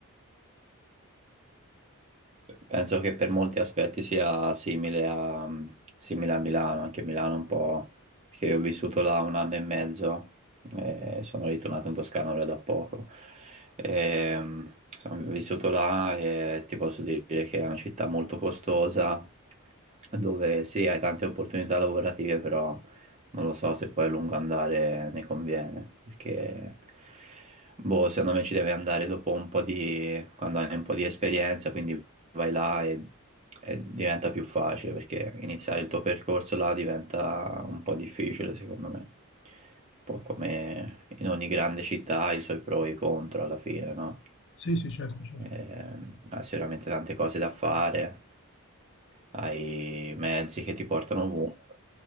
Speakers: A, on the right; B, on the left.
A: penso che per molti aspetti sia simile a, simile a Milano, anche Milano un po', perché io ho vissuto là un anno e mezzo e sono ritornato in Toscana ora da poco. E, mm, sono vissuto là e ti posso dire che è una città molto costosa, dove sì, hai tante opportunità lavorative, però Non lo so se poi a lungo andare ne conviene, perché boh, secondo me ci deve andare dopo un po' di, quando hai un po' di esperienza, quindi vai là e, e diventa più facile, perché iniziare il tuo percorso là diventa un po' difficile, secondo me. Un po' come in ogni grande città ha i suoi pro e i contro alla fine, no?
B: Sì, sì, certo, certo.
A: Ehm, hai sicuramente tante cose da fare, hai mezzi che ti portano ovunque.